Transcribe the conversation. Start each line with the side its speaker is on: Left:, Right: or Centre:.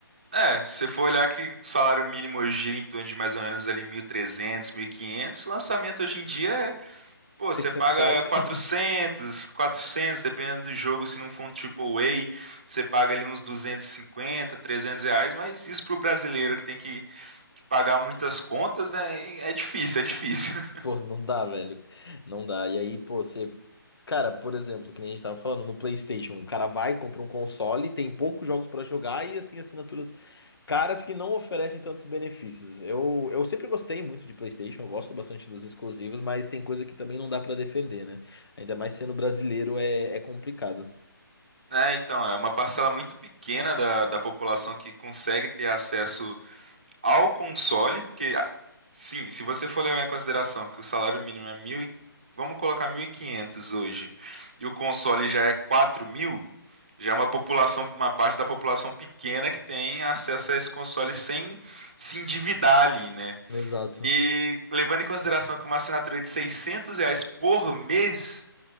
Right: É, se você for olhar que o salário mínimo hoje gira em torno de mais ou menos ali 1.300, quinhentos lançamento hoje em dia é Pô,
Left: seiscentos
Right: você paga
Left: reais, <laughs>
Right: quatrocentos 400 dependendo do jogo, se não for um triple AAA, você paga ali uns duzentos e cinquenta 300 reais, mas isso pro brasileiro que tem que, que pagar muitas contas, né, é difícil, é difícil. <laughs>
Left: Pô, não dá, velho. Não dá. E aí, pô, você. Cara, por exemplo, que nem a gente tava falando, no PlayStation, o cara vai, compra um console, tem poucos jogos pra jogar e assim, assinaturas caras que não oferecem tantos benefícios. Eu, eu sempre gostei muito de PlayStation, eu gosto bastante dos exclusivos, mas tem coisa que também não dá pra defender, né? Ainda mais sendo brasileiro é, é complicado.
Right: né? então, é uma parcela muito pequena da, da população que consegue ter acesso ao console, porque ah, sim, se você for levar em consideração que o salário mínimo é mil, e- vamos colocar 1.500 hoje, e o console já é quatro mil já é uma população, uma parte da população pequena que tem acesso a esse console sem se endividar ali, né?
Left: Exato.
Right: E levando em consideração que uma assinatura de 600 reais por mês,